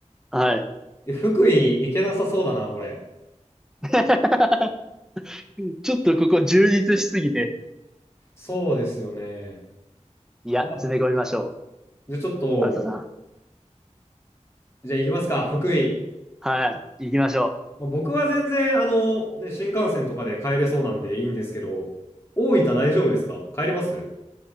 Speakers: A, in the centre; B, on the left.
A: はい。
B: え、福井行けなさそうだな、これ。
A: <laughs> ちょっとここ充実しすぎて。
B: そうですよね。
A: いや、
B: まあ、
A: 詰め込みましょう。
B: じゃあちょっと、
A: ハルトさん。
B: じゃあ行きますか、福井。
A: はい。行きましょ
B: まあ僕は全然、あの、ね、新幹線とかで帰れそうなんでいいんですけど、大分大丈夫ですか帰れます